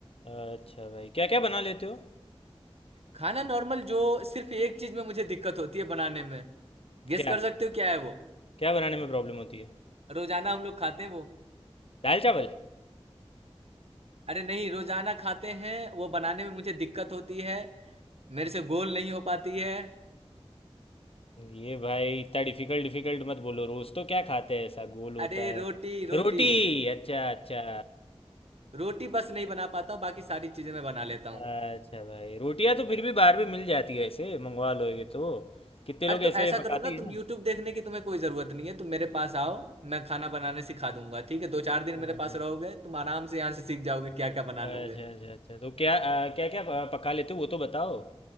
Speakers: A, on the left; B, on the right.
A: अच्छा भाई क्या क्या बना लेते हो
B: खाना नॉर्मल जो सिर्फ एक चीज में मुझे दिक्कत होती है बनाने में गेस
A: क्या
B: कर सकते हो क्या है वो
A: क्या बनाने में प्रॉब्लम होती है
B: रोजाना हम लोग खाते हैं वो
A: दाल चावल
B: अरे नहीं रोजाना खाते हैं वो बनाने में मुझे दिक्कत होती है मेरे से गोल नहीं हो पाती है
A: ये भाई इतना डिफिकल्ट डिफिकल्ट मत बोलो रोज तो क्या खाते हैं ऐसा गोल होता
B: अरे
A: है
B: रोटी रोटी
A: रोटी अच्छा अच्छा
B: रोटी बस नहीं बना पाता हूँ बाकी सारी चीजें मैं बना लेता हूँ
A: अच्छा भाई रोटियां तो फिर भी बाहर भी मिल जाती है ऐसे मंगवा लोगे तो कितने लोग
B: अरे तो
A: ऐसे
B: ऐसा
A: पकाते
B: करो ना
A: ही हैं
B: तुम यूट्यूब
A: ना
B: देखने की तुम्हें कोई जरूरत नहीं है तुम मेरे पास आओ मैं खाना बनाने सिखा दूंगा ठीक है दो चार दिन
A: अच्छा
B: मेरे पास रहोगे तुम आराम से यहाँ से सीख जाओगे क्या क्या बना
A: अच्छा
B: लोगे
A: अच्छा अच्छा तो क्या क्या क्या पका लेते हो वो तो बताओ